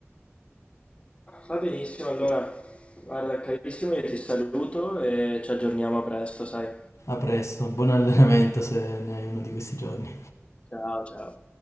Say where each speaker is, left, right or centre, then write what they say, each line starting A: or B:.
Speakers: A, on the left (about 25°); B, on the left (about 80°).
A: Va benissimo, allora, guarda, carissimo, io ti saluto e ci aggiorniamo presto, sai?
B: A presto, buon allenamento se ne hai uno di questi giorni.
A: Ciao, ciao.